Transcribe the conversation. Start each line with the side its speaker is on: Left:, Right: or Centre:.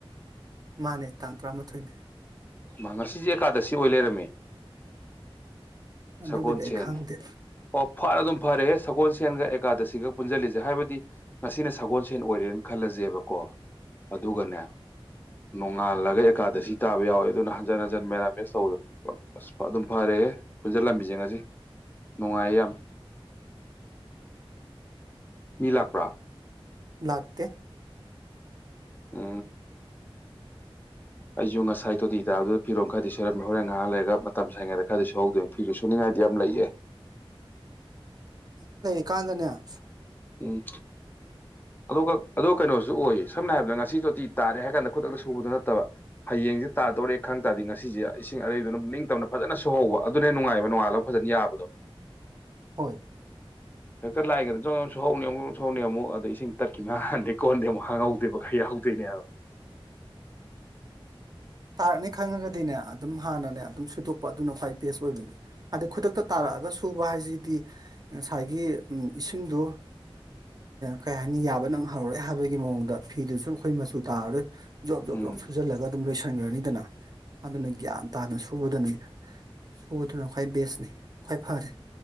Right: ꯃꯥꯅꯦ ꯇꯥꯡ ꯇ꯭ꯔꯥ ꯊꯣꯏꯅꯤꯣ
Left: ꯃꯉ ꯁꯤꯁ ꯑꯦꯀꯥꯗꯁꯤ ꯑꯣꯏ ꯂꯩꯔꯝꯃꯤ
Right: ꯑꯗꯨꯒꯗꯤ
Left: ꯁꯒꯣꯜꯁꯦꯟ
Right: ꯑꯩ ꯈꯪꯗꯦ
Left: ꯑꯣ ꯐꯔ ꯑꯗꯨꯝ ꯐꯔꯦꯍꯦ ꯁꯒꯣꯜꯁꯦꯟꯒ ꯑꯦꯀꯥꯗꯁꯤꯒ ꯄꯨꯟꯁꯤꯜꯂꯤꯁꯦ ꯍꯥꯏꯕꯗꯤ ꯉꯁꯤꯅ ꯁꯒꯣꯜꯁꯦꯟ ꯑꯣꯏꯔꯦꯅ ꯈꯜꯂꯁꯦꯕꯀꯣ ꯑꯗꯨꯒꯅꯦ ꯉꯥꯜꯂꯒ ꯑꯦꯀꯥꯗꯁꯤ ꯇꯥꯕ ꯌꯥꯎꯋꯦ ꯑꯗꯨꯅ ꯍꯟꯖꯤꯟ ꯍꯟꯖꯤꯟ ꯃꯦꯔꯥꯃꯦꯁ ꯇꯧꯕꯗ ꯑꯁ ꯑꯗꯨꯝ ꯐꯔꯦꯍꯦ ꯄꯨꯟꯁꯤꯜꯂꯝꯕꯤꯁꯤꯡꯉꯁꯤ ꯅꯨꯡꯉꯥꯏꯌꯦ ꯌꯥꯝ ꯃꯤꯂꯄ꯭ꯔꯥ
Right: ꯂꯥꯛꯇ
Left: ꯑ ꯑꯩꯖꯨꯡ ꯑꯁ ꯁꯥꯏ ꯇꯣꯇꯤ ꯇꯥꯕꯗꯨꯗ ꯐꯤꯔꯣꯝ ꯈꯔꯗꯤ ꯁꯣꯏꯔꯝꯃꯦ ꯍꯣꯔꯦꯟ ꯉꯥꯏꯍꯥꯛ ꯂꯩꯒ ꯃꯇꯝ ꯁꯪꯉꯩꯗ ꯈꯔꯗꯤ ꯁꯨꯍꯧꯗꯣꯏꯅꯤ ꯐꯤꯁꯨ ꯁꯨꯅꯤꯡꯉꯥꯏꯗꯤ ꯌꯥꯝ ꯂꯩꯌꯦꯦ
Right: ꯀꯥꯟꯗꯅꯤ
Left: ꯎꯝ ꯑꯗꯨ ꯑꯗꯨ ꯀꯩꯅꯣꯁꯨ ꯑꯣꯏ ꯁꯝꯅ ꯍꯥꯏꯔꯕꯗ ꯉꯁꯤꯗꯣꯗꯤꯤ ꯇꯥꯔꯦ ꯍꯥꯏ ꯀꯥꯟꯗ ꯈꯨꯗꯛꯇ ꯁ ꯁꯨꯕꯗ ꯅꯠꯇꯕ ꯍ꯭ꯌꯥꯡ ꯁꯦ ꯇꯥꯗꯣꯔꯦ ꯈ꯭ꯡꯡ ꯇꯥꯔꯥ ꯗ ꯉꯁꯤ ꯁꯦ ꯑꯦꯁꯤꯡ ꯑꯔꯦꯏꯗꯨꯅꯥ꯫ ꯝꯔꯤ ꯇꯅ ꯐꯖꯅ ꯁꯨꯍꯧꯕ ꯑꯗꯨꯅ ꯅꯨꯡꯉꯥꯏꯕ ꯅꯣꯉꯥꯜꯂꯒ ꯐꯖꯅ ꯌꯥꯕꯗꯣ
Right: ꯍꯣꯏ
Left: ꯍ ꯐꯔ ꯂꯑꯒꯦ ꯁꯍꯥꯎꯅꯤ ꯑꯃꯨꯛ ꯁꯥꯎꯅꯤ ꯑꯃꯨꯛ ꯑꯗ ꯏꯁꯤꯡ ꯇꯔꯀꯤ ꯃꯥꯡꯍꯟꯗꯦ ꯀꯣꯟꯍꯟꯗꯦ ꯑꯃꯨꯛ ꯍꯥꯡꯍꯧꯗꯦꯕ ꯈꯩ ꯌꯥꯎꯍꯧꯗꯣꯏꯅꯦꯕ
Right: ꯇꯥꯔꯛꯅꯤ ꯈꯪꯉꯒꯗꯤꯅꯦ ꯑꯗꯨꯝ ꯍꯥꯟꯅꯅꯦ ꯑꯗꯨꯝ ꯁꯨꯗꯣꯛꯄ ꯑꯗꯨꯅ ꯈ꯭ꯋꯥꯏ ꯕꯦꯁ ꯑꯣꯏꯕꯅꯦ ꯑꯗꯩ ꯈꯨꯗꯛꯇ ꯇꯥꯔꯛꯑꯒ ꯁꯨꯕ ꯍꯥꯏꯁꯤꯗꯤ ꯉꯁꯥꯏꯒꯤ ꯏꯁꯤꯡꯗ ꯀꯩ ꯍꯥꯏꯅꯤ ꯌꯥꯕ ꯅꯪꯍꯔꯔꯦ ꯍꯥꯏꯕꯒꯤ ꯃꯑꯣꯡꯗ ꯐꯤꯗꯨꯁꯨ ꯑꯩꯈꯣꯏ ꯃꯆꯨ ꯇꯥꯔꯔꯣꯏ ꯣꯕ
Left: ꯎꯝ
Right: ꯣ ꯣꯕ ꯐꯔ ꯂꯒꯦ <inaudible> ꯈꯟꯈ꯭ꯔꯅꯤꯗꯅ ꯑꯗꯨꯅ ꯒ꯭ꯌꯥꯟ ꯇꯥꯅ ꯁꯨꯕꯗꯅꯤ ꯁꯨꯕꯗꯨꯅ ꯈ꯭ꯋꯥꯏ ꯕꯦꯁꯅꯤ ꯈ꯭ꯋꯥꯏ ꯐꯔꯦ